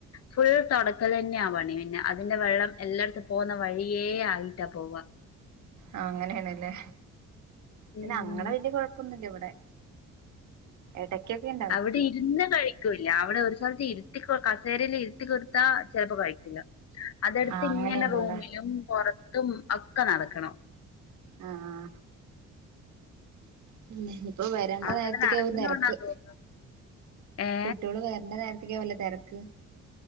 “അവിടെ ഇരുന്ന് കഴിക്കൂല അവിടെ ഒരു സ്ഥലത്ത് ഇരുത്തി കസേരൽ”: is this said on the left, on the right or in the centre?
Left